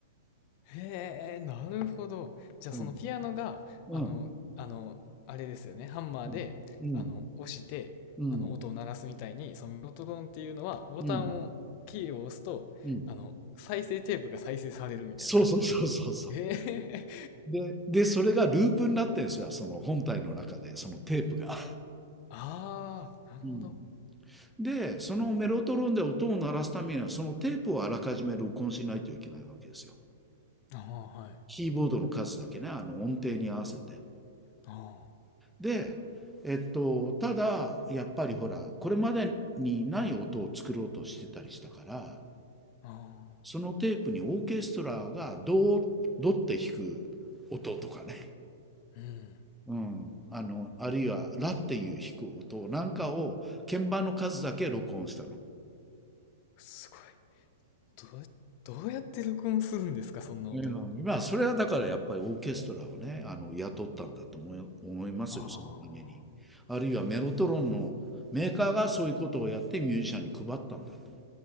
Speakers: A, on the left (about 45°); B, in the centre.
A: へえ、なるほど。じゃあそのピアノが、
B: うんうん
A: あの、あの、あれですよね。ハンマーで、
B: うんうん
A: あの、押して、
B: うん
A: あの、音を鳴らすみたいに、そのメロトロンっていうのは、ボタンを、
B: うん
A: キーを押すと、
B: うん
A: あの、再生テープが再生されるみたいな感じなんですね。
B: そうそうそうそうそ
A: へえ、
B: で、で、それがループになってんですよ、その本体の中で、そのテープが。
A: <laughs> ああ、なるほど。
B: うん。で、そのメロトロンで音を鳴らすためには、そのテープをあらかじめ録音しないといけないわけですよ。
A: ああ、はい。
B: キーボードの数だけね、あの音程に合わせて。
A: あ
B: で、えっと、ただ、やっぱりほら、これまでにない音を作ろうとしてたりしたから、
A: あ、ああ、
B: そのテープにオーケストラがドー、ドって弾く音とかね、
A: うん。
B: うん、あの、あるいは、ラっていう弾く音なんかを、鍵盤の数だけ録音したの。
A: すごい。どうや、どうやって録音するんですか、そんな音。
B: うん、まあ、それはだからやっぱりオーケストラをね、あの、雇ったんだと思い、思いますよ、
A: ああ。
B: そのために。あるいはメロトロンのメーカーがそういうことをやってミュージシャンに配ったんだと思う